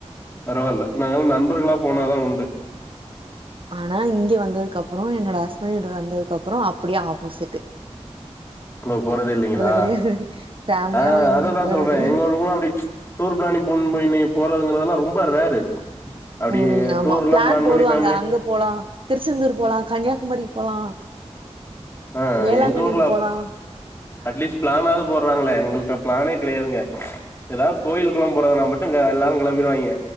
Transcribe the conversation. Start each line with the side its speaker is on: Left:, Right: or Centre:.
Left: பரவால்ல நாங்கள்லா நண்பர்களா போனாதா உண்டு
Right: ஆனா இங்க வந்ததுக்கப்றோ என்னோட ஹஸ்பண்ட் வீடு வந்ததுக்கப்றோ அப்டியே ஆப்போசிட்டு
Left: நம்ம போறதே இல்லங்ளா
Right: கெடையாது ஃபேமிலியாவு
Left: ஆ
Right: எங்கேயு
Left: அததா
Right: போறது
Left: சொல்றே
Right: கெடையாது
Left: எங்களுகுள்ள அப்டி டூர் பிளானிங் போட்ணுமா இன்னிக்கு போறதுங்கிறதெல்லா ரொம்ப ரேரு அப்டியே
Right: ம் ஆமா
Left: டூர்லா பிளான்
Right: போடுவாங்க
Left: பண்ணி ஃபேமிலி
Right: அங்க போலா திருச்செந்தூர் போலா கன்யாகுமாரிக் போலா
Left: ஆ
Right: வேளாங்கண்ணிக்கு
Left: எங்க ஊர்ல அப்
Right: போலா
Left: அட்லீஸ்ட் பிளானாவது போட்றாங்களே எங்கள்ட்ட பிளானே கெடையாதுங்க ஏதாவது கோயில் குளம் போறதுனா மட்டு அ எல்லாரு கிளம்பிருவாய்ங்க